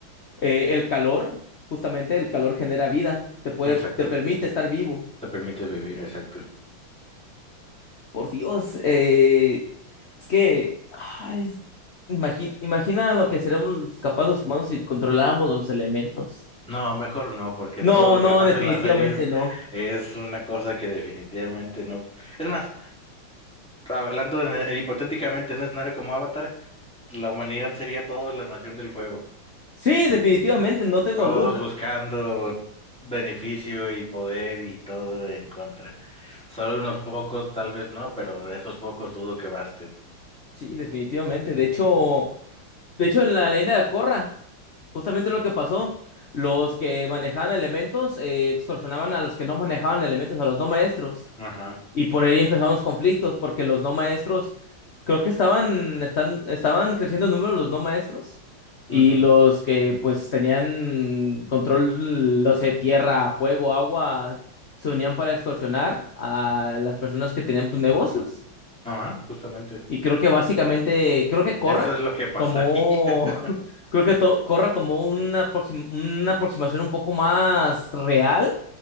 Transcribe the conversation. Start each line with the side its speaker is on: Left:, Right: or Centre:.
Left: eh, el calor, justamente el calor genera vida, te puede,
Centre: Exacto.
Left: te permite estar vivo.
Centre: Te permite vivir, exacto.
Left: Por Dios, eh, es que ay, imagi- imagina lo que seremos capaces los humanos si controláramos los elementos.
Centre: No, mejor no, porque
Left: No,
Centre: todo lo
Left: no,
Centre: que pasa
Left: definitivamente
Centre: en las series
Left: no.
Centre: es una cosa que definitivamente no. Es más, hablando en- hipotéticamente en un escenario como Avatar, la humanidad sería toda la nación del fuego.
Left: Sí, definitivamente, no tengo
Centre: Todos
Left: dudas.
Centre: buscando beneficio y poder y todo en contra. Solo unos pocos, tal vez no, pero esos pocos dudo que basten.
Left: Sí, definitivamente. De hecho, de hecho, en la leyenda de Corra, justamente lo que pasó, los que manejaban elementos eh, extorsionaban a los que no manejaban elementos, a los no maestros.
Centre: Ajá,
Left: Y por ahí empezaron los conflictos, porque los no maestros, creo que estaban, están, estaban creciendo en número los no maestros, y
Centre: ujú,
Left: los que pues tenían control, no sé, tierra, fuego, agua, se unían para extorsionar a las personas que tenían pues negocios.
Centre: Ajá, justamente.
Left: Y creo que básicamente, creo que Corra
Centre: Eso es lo que pasaría.
Left: tomó,
Centre: <laughs>
Left: <laughs> creo que to- Corra tomó una, aproxim- una aproximación un poco más real